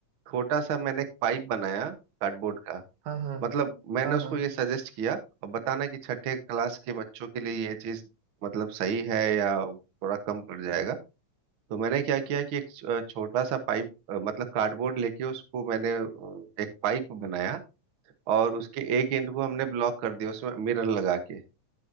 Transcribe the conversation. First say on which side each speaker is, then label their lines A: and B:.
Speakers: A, on the right; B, on the right.
A: छोटा सा मैंने एक पाइप बनाया कार्डबोर्ड का
B: हाँ हाँ
A: मतलब मैंने
B: हाँ
A: उसको
B: हाँ
A: ये सजेस्ट किया अब बताना कि छठे क्लास के बच्चों के लिए ये चीज मतलब सही है या थोड़ा कम पड़ जाएगा तो मैंने क्या किया कि एक छ- छोटा सा पाइप अ, मतलब कार्डबोर्ड लेके उसको मैंने अ, एक पाइप बनाया और उसके एक एंड को हमने ब्लॉक कर दिया उसमें मिरर लगा के